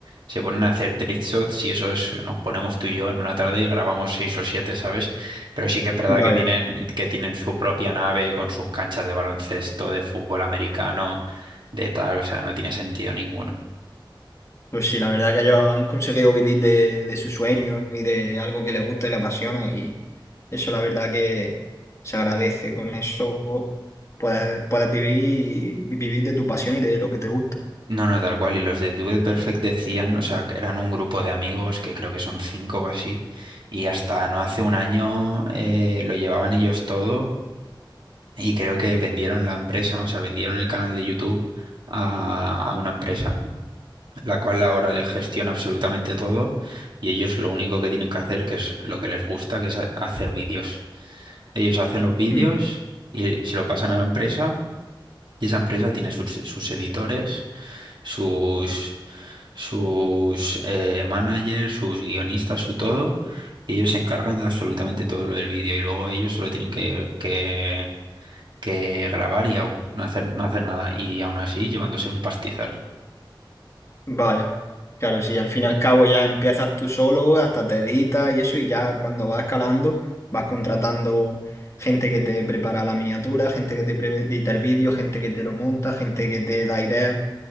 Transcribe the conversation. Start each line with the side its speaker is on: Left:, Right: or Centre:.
Right: se ponen a hacer trick shots y eso es, nos ponemos tú y yo en una tarde y grabamos seis o siete, ¿sabes? Pero sí que es verdad
Left: Vaya.
Right: que tienen, que tienen su propia nave con sus canchas de baloncesto, de fútbol americano, de tal. O sea, no tiene sentido ninguno.
Left: Pues sí, la verdad que ellos han conseguido vivir de, de su sueño y de algo que les gusta y les apasiona y eso la verdad que se agradece. Con eso puedes, puedes vivir, vivir de tu pasión y de lo que te gusta.
Right: No, no, tal cual. Y los de Dude Perfect decían, o sea, que eran un grupo de amigos que creo que son cinco o así. Y hasta no hace un año eh, lo llevaban ellos todo. Y creo que vendieron la empresa, o sea, vendieron el canal de YouTube a, a una empresa, la cual ahora les gestiona absolutamente todo. Y ellos lo único que tienen que hacer, que es lo que les gusta, que es ha- hacer vídeos. Ellos hacen los vídeos
Left: Mm,
Right: y se lo pasan a la empresa. Y esa empresa tiene sus sus editores sus, sus eh, managers, sus guionistas, su todo. y ellos se encargan de absolutamente todo lo del vídeo y luego ellos solo tienen que, que, que grabar y au, no hacer, no hacer nada. Y aún así llevándose un pastizal.
Left: Vaya. Claro, si al fin y al cabo ya empiezas tú solo, hasta te editas y eso, y ya cuando vas escalando, vas contratando gente que te prepara la miniatura, gente que te pre- edita el vídeo, gente que te lo monta, gente que te da ideas.